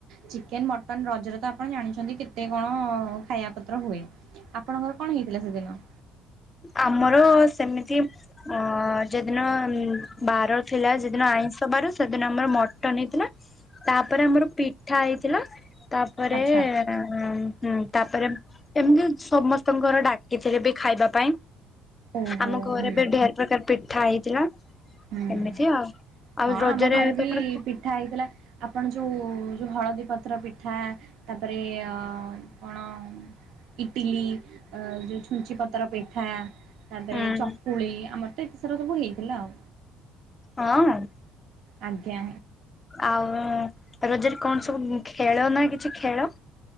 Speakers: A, on the right; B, on the left.
A: ଚିକେନ୍, ମଟନ୍ ରଜରେ ତ ଆପଣ ଜାଣିଛନ୍ତି କେତେ କଣ ଖାଇବା ପତ୍ର ହୁଏ। ଆପଣଙ୍କର କଣ ହେଇଥିଲା ସେଦିନ?
B: ଆମର ସେମିତି ଅଁ ଯେଦିନ ବାର ଥିଲା ସେଦିନ ଆଇଁଷ ବାରସ୍ ସେଦିନ ଆମର ମଟନ ହେଇଥିଲା ତାପରେ ଆମର ପିଠା ହେଇଥିଲା ତାପରେଏ
A: ଆଚ୍ଛା
B: ହୁଁ ହଁ ତାପରେ ଏମ୍ ତି ସମସ୍ତଙ୍କର ଡାକିଥିଲେ ବି ଖାଇବା ପାଇଁ।
A: ଓହୋ
B: ଆମ ଘରେ
A: ହୁଁ
B: ବି ଢେର୍ ପ୍ରକାର ପିଠା ହେଇଥିଲା।
A: ହୁଁ
B: ଏମିତି
A: ହୁଁ
B: ଆଉ, ଆଉ
A: ହଁ
B: ରଜରେ
A: ଆମ ଘରେ ବି
B: ତମରକ୍
A: ପିଠା ହେଇଥିଲା ଆପଣ ଯୋଉ ଯୋଉ ହଳଦୀ ପତ୍ର ପିଠା। ତାପରେ ଅଁ କଣ ଇଟିଲି। ଆ ଯୋଉ ଛୁଞ୍ଚି ପତର ପିଠା। ତାପରେ
B: ହୁଁ
A: ଚକୁଳି ଆମର ତ ଏତେ ସାରା ସବୁ ହେଇଥିଲା ଆଉ।
B: ହଁ ଅଁ।
A: ଆଜ୍ଞା।
B: ଆଉ ରଜରେ କଣ ସବୁ ଖେଳ ନା କିଛି ଖେଳ